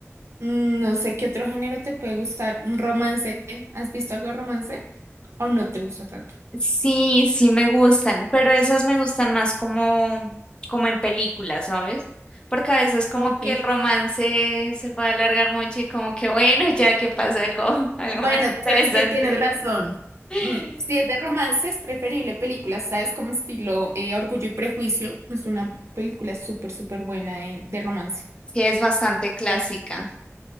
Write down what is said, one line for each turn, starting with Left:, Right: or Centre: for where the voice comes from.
Right: Mm, No sé qué otro género te puede gustar. Un romance. ¿Has visto algo de romance? ¿O no te gusta tanto?
Left: Sí, sí me gustan, pero esas me gustan más como, como en películas, ¿sabes? Porque a veces como
Right: Ok.
Left: que el romance se puede alargar mucho y como que bueno, <laughs> ya que pasa algo, <laughs> algo
Right: Bueno,
Left: más interesante.
Right: sabes que tienes razón.
Left: Sí,
Right: Mm, Si es de romance, es preferible películas, ¿sabes? Como estilo eh, Orgullo y Prejuicio. Es una película súper, súper buena de, de romance.
Left: es bastante clásica.
Right: ¿Has visto?